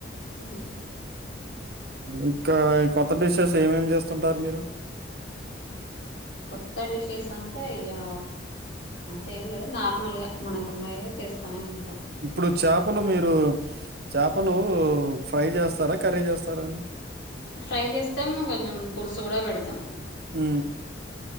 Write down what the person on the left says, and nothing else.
ఉ
కొత్త డిషెస్ అంటే ఆ అంతేం లేదు నార్మల్ గా మనకు ఉన్నాయే చేస్తానే ఉన్
ఫ్రై చేస్తే మేము కొంచెం పులుసు కూడా పెడతా